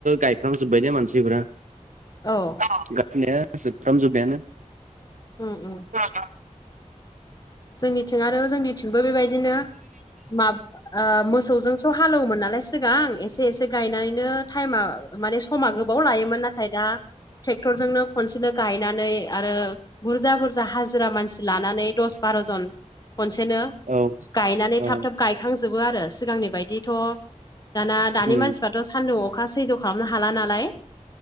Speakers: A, on the right; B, on the left.
A: गायफ्रामजोब्बाय दे मानसिफ्रा
B: औ
A: औ <unintelligible> जोबफ्राम जोबबायानो
B: उम उम
A: <unintelligible>
B: जोंनिथिं आरो जोंनिथिंबो बेबायदिनो मा मोसौजोंस' हालौवोमोन नालाय सिगां एसे एसे गायनानैनो टाइमा माने समा गोबाव लायोमोन नाथाय दा ट्रेक्टरजोंनो खनसेनो गायनानै आरो बुरजा बुरजा हाजिरा मानसि लानानै दस बार'जन खनसेनो
A: औ
B: गायनानै
A: औ
B: थाब थाब गायखां जोबो आरो सिगांनि बायदिथ' दाना दानि
A: उम
B: मानसिफ्राथ' सानदुं अखा सैज्य खालामनो हाला नालाय